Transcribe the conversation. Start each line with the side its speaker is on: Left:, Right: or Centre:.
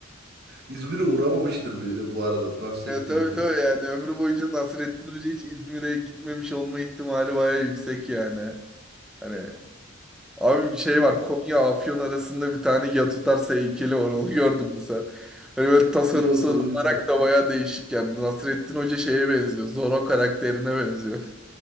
Right: İzmir'e uğramamıştır bile bu arada Nasrettin
Centre: E, tabii
Right: Hoca.
Centre: tabii yani ömrü boyunca Nasrettin Hoca hiç İzmir'e gitmemiş olma ihtimali bayağı yüksek yani. Hani Abi bir şey
Right: Hı,
Centre: var Konya Afyon arasında bir tane ya tutarsa heykeli var onu <laughs> gördün mü sen? Hani böyle tasarımsal
Right: Yok onu bilmiyorum.
Centre: olarak da bayağı değişik yani. Nasrettin Hoca şeye benziyor. Zorro karakterine benziyor.